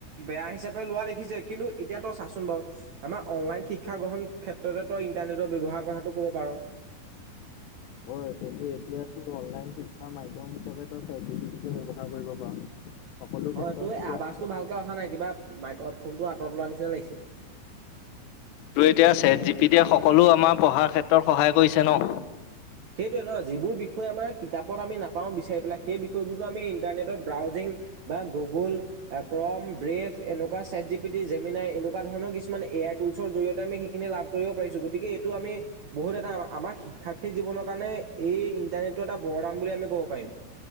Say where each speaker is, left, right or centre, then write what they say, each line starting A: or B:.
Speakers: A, on the right; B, on the left.
A: বেয়া হিচাপে লোৱা দেখিছে কিন্তু এতিয়াতো চাচোন বাৰু আমাৰ অনলাইন শিক্ষা গ্ৰহণ ক্ষেত তই ইন্টাৰনেটৰ ব্যৱহাৰ কথাটো ক'ব পাৰ।
B: হয়। হেইটো এতিয়াতো অনলাইন শিক্ষা মাধ্যম হিচাপ তই চাট জি পি টি টো ব্যৱহাৰ কৰিব পাৰ। সকলো ক্ষেত্ৰত
A: হয়, তই
B: এতিয়া
A: আৱাজটো ভালকে অহা নাই কিবা মাইক অফ ফোনতটো আতৰত লোৱাৰ নিচিনা লাগিছে।
B: তোৰ এতিয়া ছেট জি পি টিয়ে সকলো আমাৰ পঢ়াৰ ক্ষেত্ৰত সহায় কৰিছে ন?
A: সেইটোৱে নহয় যিবোৰ বিষয় আমাৰ কিতাপত আমি নাপাওঁ বিচাৰি পেলাই সেই বিষয়বোৰতো আমি ইণ্টাৰনেটত ব্ৰাউজিং বা গুগল ক্ৰম ব্ৰেফ, এনেকোৱা শেট জি পিটি জেমিনাই এনেকোৱা ধৰছুমান এ আই টুলছৰ জৰিয়তে আমি সেইখিনি লাভ কৰিব পাৰিছো গতিকে এইটো আমি বহুত এটা আমাৰ শিক্ষাৰ্থী- জীৱনৰ কাৰণে এই ইন্টাৰনেটো এটা বৰদান বুলি আমি ক'ব পাৰিম